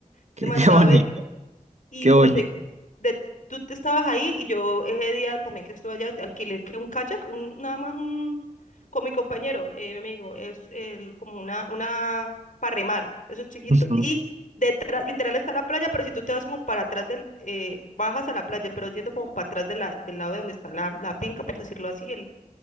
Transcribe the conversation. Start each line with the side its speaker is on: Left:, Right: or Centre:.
Right: Qué,
Left: Es demasiado
Right: qué bonito,
Left: bello. Y
Right: qué
Left: como
Right: bonito.
Left: te digo, de- tú te estabas ahí y yo ese día también que estuve allá, alquilé que un kayak, un, nada más un, con mi compañero, eh, mi amigo, es el, como una, una para remar. Eso es chiquito.
Right: <laughs>
Left: Y detrás, literal está la playa, pero si tú te vas como para atrás del, eh, bajas a la playa, pero yendo como para atrás de la, del lado de donde está la, la finca, por decirlo así, el